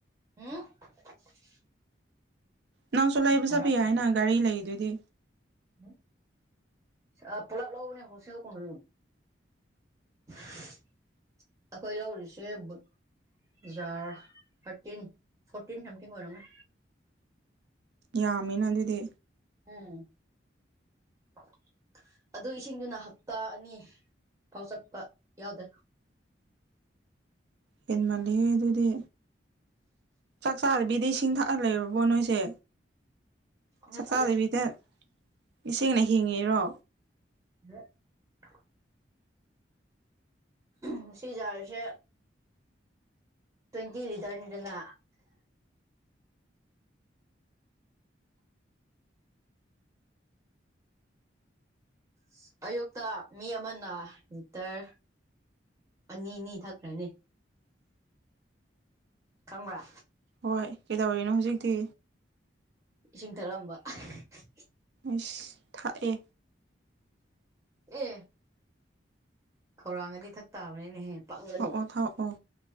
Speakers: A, on the right; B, on the right.
A: ꯎꯝ <unintelligible>
B: ꯅꯪꯁꯨ ꯂꯩꯕ
A: ꯌꯥꯔꯣꯏ
B: ꯆꯠꯄ ꯌꯥꯏꯌꯦꯅ ꯒꯥꯔꯤ ꯂꯩꯏꯗꯨꯗꯤ
A: <unintelligible> ꯁꯦ ꯑꯥ ꯄꯨꯂꯞ ꯂꯧꯕꯅꯦ ꯍꯣꯜꯁꯦꯜ <unintelligible> <unintelligible> ꯑꯩꯈꯣꯏ ꯂꯧꯔꯤꯁꯦ ꯕꯨꯠ__ ꯖꯥꯔ ꯊꯥꯔꯇꯤꯟ ꯐꯣꯔꯇꯤꯟ ꯁꯝꯊꯤꯡ ꯑꯣꯏꯔꯝꯅꯤ
B: ꯌꯥꯝꯃꯤꯅ ꯑꯗꯨꯗꯤ
A: ꯎꯝ <unintelligible> ꯑꯗꯨ ꯏꯁꯤꯡꯗꯨꯅ ꯍꯞꯇꯥ ꯑꯅꯤ ꯐꯥꯎ ꯆꯠꯄ ꯌꯥꯎꯗꯦ
B: ꯍꯦꯟꯃꯜꯂꯤꯍꯦ ꯑꯗꯨꯗꯤ ꯆꯥꯛ ꯆꯥꯗꯕꯤꯗ ꯏꯁꯤꯡ ꯊꯛꯑ ꯂꯩꯔꯕꯣ ꯅꯣꯏꯁꯦ
A: ꯅꯠꯇꯦ
B: ꯆꯥꯛꯆꯥꯗꯕꯤꯗ ꯏꯁꯤꯡꯅ ꯍꯤꯡꯉꯤꯔꯣ
A: <unintelligible> ꯉꯁꯤꯒꯤ ꯖꯥꯔ ꯁꯦ ꯇꯣꯏꯟꯇꯤ ꯂꯤꯇꯔꯅꯦꯗꯅ <unintelligible> ꯑꯌꯨꯛꯇ ꯃꯤ ꯑꯃꯅ ꯅꯤꯇꯔ ꯑꯅꯤ ꯑꯅꯤ ꯊꯛꯈ꯭ꯔꯅꯤ ꯈꯪꯕ꯭ꯔꯥ
B: ꯍꯣꯏ ꯀꯩꯗꯧꯔꯤꯅꯣ ꯍꯧꯖꯤꯛꯇꯤ
A: ꯏꯁꯤꯡ ꯊꯛꯔꯝꯕ <unintelligible>
B: ꯏꯁ ꯊꯥꯛꯑꯦ
A: ꯑꯦ ꯈꯧꯔꯥꯡꯉꯗꯤ ꯊꯛ ꯇꯥꯕꯅꯤꯅꯦꯍꯦ ꯄꯪꯒꯅꯨ
B: ꯊꯥꯛꯑꯣ ꯊꯥꯛꯑꯣ